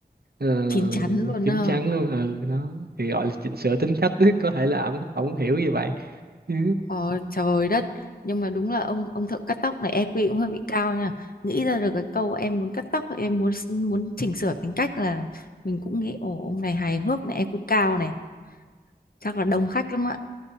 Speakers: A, on the right; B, on the left.
A: ờ,
B: chín chắn luôn
A: chín
B: à.
A: chắn luôn ừ đó thì gọi là chỉnh sửa tính cách <laughs> có thể là ổng ổng hiểu như vậy ừ.
B: Ờ, trời đất nhưng mà đúng là ông ông thợ cắt tóc này EQ cũng hơi bị cao nha nghĩ ra được cái câu em muốn cắt tóc em muốn muốn chỉnh sửa tính cách là mình cũng nghĩ ồ ông này hài hước này EQ cao này chắc là đông khách lắm ạ